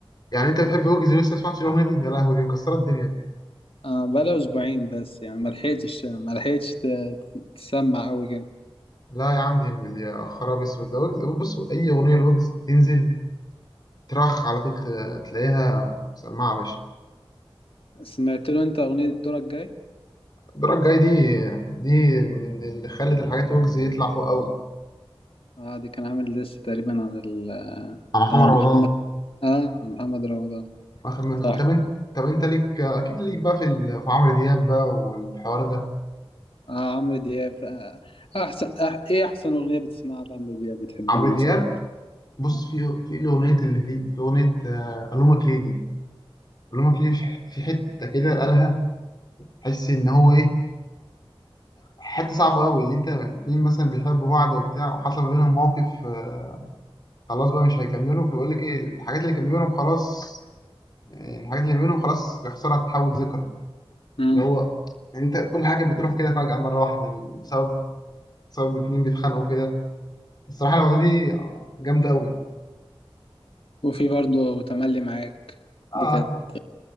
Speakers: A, on the left; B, on the left.
A: يعني انت بتحب ويجز لسه ما سمعتش الاغنيه دي يا لهوي دي مكسره الدنيا دي
B: آه. بقى اسبوعين بس يعني ما لحقتش ما لحقتش ت- تسمع قوي كده
A: لا يا عم دي دي يا خراب اسود ده ويجز بص اي اغنيه لويجز تنزل ترخ على طول ت- تلاقيها مسمعة يا باشا
B: سمعت له انت اغنية دورك جاي
A: الدرجة الجاية دي دي من اللي خلت الحاجات ويجز يطلع فوق قوي
B: اه دي كان عامل ديس تقريبا على ال
A: على محمد
B: على
A: رمضان
B: محمد اه على محمد رمضان
A: واخد منها
B: صح
A: طب انت طب انت ليك اكيد ليك بقى في ال... في عمرو دياب بقى والحوار ده
B: اه عمرو دياب آه احسن آه ايه احسن اغنية بتسمعها لعمرو دياب بتحبها
A: عمرو
B: مثلا
A: دياب
B: عمرو
A: بص
B: دياب
A: في في الاغنية اللي هي في اغنية آه، الومك ليه دي الومك ليه في ح- في حتة كده قالها تحس ان هو ايه حتة صعبة قوي اللي انت اتنين مثلا بيحبوا بعض وبتاع وحصل ما بينهم موقف آه، خلاص بقى مش هيكملوا فبيقول لك ايه الحاجات اللي كان بينهم خلاص يعني الحاجات اللي بينهم خلاص يخسرها تتحول ذكرى
B: امم
A: اللي هو انت كل حاجه بتروح كده فجاه مره واحده بسبب بسبب اتنين بيتخانقوا كده الصراحه الاغنيه دي جامده قوي
B: وفي برضه تملي معاك دي
A: اه
B: كانت